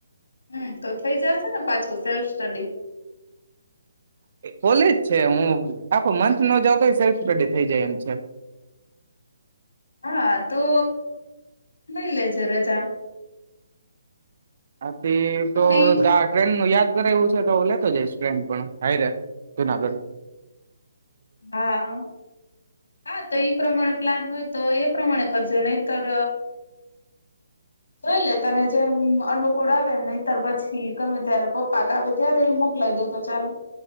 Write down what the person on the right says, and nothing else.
કોલેજ છે. હું આખો મંથ ન જાવ તો સેલ્ફ સ્ટડી થઈ જાય એમ છે.
હ. તે તો
ટ્રેન નું યાદ રહે એવું છે. તો હું લેતો જઈશ ટ્રેન માં પણ હારે જુનાગઢ.